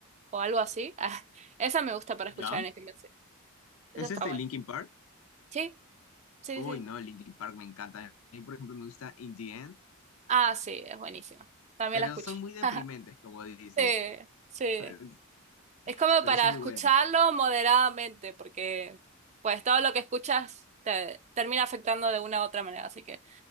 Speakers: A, on the right; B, on the left.
A: o algo así. <laughs> Esa me gusta para escuchar
B: ¿Ya?
A: en el gimnasio. Esa
B: ¿Es
A: está
B: este
A: buena.
B: Linkin Park?
A: Sí, sí,
B: Uy,
A: sí.
B: no, Linkin Park me encanta. A mí, por ejemplo, me gusta In The End,
A: Ah, sí, es buenísima. También
B: pero
A: la escucho.
B: son muy deprimentes,
A: <laughs>
B: como dices.
A: Sí, sí.
B: <laughs>
A: Es como
B: pero
A: para
B: son
A: escucharlo
B: muy buenas.
A: moderadamente, porque pues todo lo que escuchas te termina afectando de una u otra manera, así que